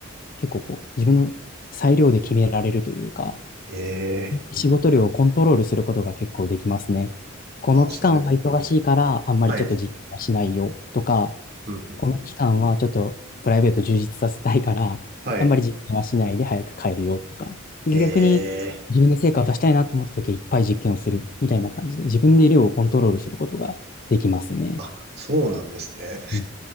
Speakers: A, on the left; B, on the right.
A: 結構こう、自分の裁量で決められるというか、
B: ええ
A: 仕事量をコントロールすることが結構できますね。この期間は忙しいから、
B: あ、それ、
A: あんまりちょっと実験はしないよとか、
B: はい、うん、うん、
A: この期間はちょっとプライベート充実させたいから、
B: うん。はい、
A: あんまり実験はしないで早く帰るよとか、逆に自分で成果を出したいなと思った時はいっぱい実験をするみたいな感じで、
B: ええ
A: 自分で量をコントロールすることができますね。
B: あ、そうなんですね。
A: うん